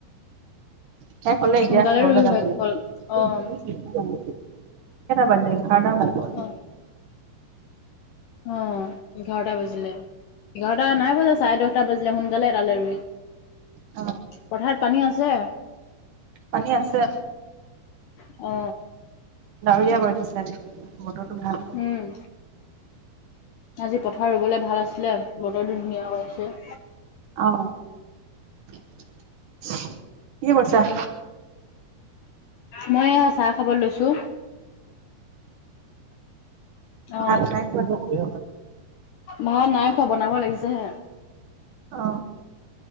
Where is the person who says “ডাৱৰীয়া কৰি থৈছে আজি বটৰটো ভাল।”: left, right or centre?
Right